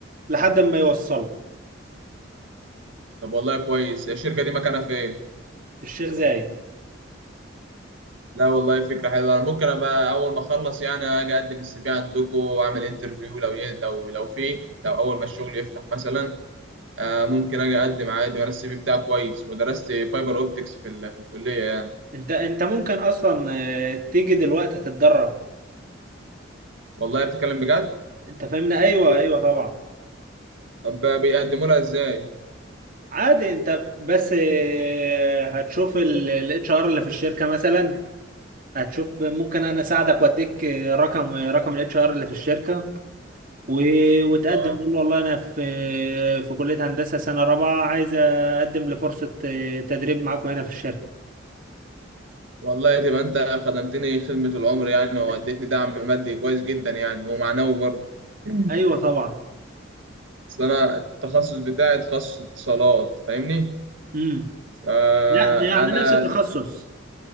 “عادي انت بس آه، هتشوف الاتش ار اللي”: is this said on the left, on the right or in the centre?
Right